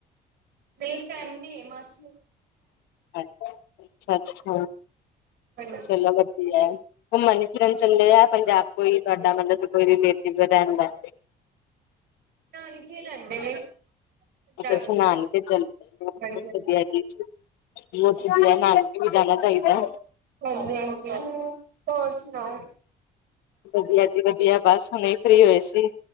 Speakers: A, on the right; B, on the left.
A: ਦੇਖ ਕੈਨੀ ਮਾਸੀ।
B: ਅ ਅੱਛਾ, ਅੱਛਾ,
A: ਹਾਂਜੀ
B: ਚਲੋ ਵਦ ਦੀਐ, ਘੁੰਮਣ ਫਿਰਨ ਚੱਲੇ ਯਾ ਪੰਜਾਬ ਕੋਈ ਤੂਆਡਾ ਮਤਲਬ ਕੋਈ ਰਿਲੇਟਿਵ ਰੈਹੰਦੈ?
A: ਨਾਨਕੇ ਰੈਂਦੇ ਨੇ। ਪੰਜਾਬ
B: ਅੱਛਾ, ਅੱਛਾ
A: ਚ
B: ਨਾਨਕੇ ਚਲੇ ਓ,
A: ਹਾਂਜੀ ਹਾਂਜੀ
B: ਵਦੀਆ ਜੀ। ਬੋਤ ਵਦੀਆ, ਨਾਨਕੇ ਵੀ ਜਾਨਾ ਚਾਈਦੈ।
A: ਹਾਂਜੀ, ਹਾਂਜੀ ਹੂ ਹੋਰ ਸੁਣਾਓ?
B: ਵਦੀਆ ਜੀ ਵਦੀਆ, ਬਾੱਸ ਹੁਨੇ ਈ ਫ੍ਰੀ ਹੋਏ ਸੀ।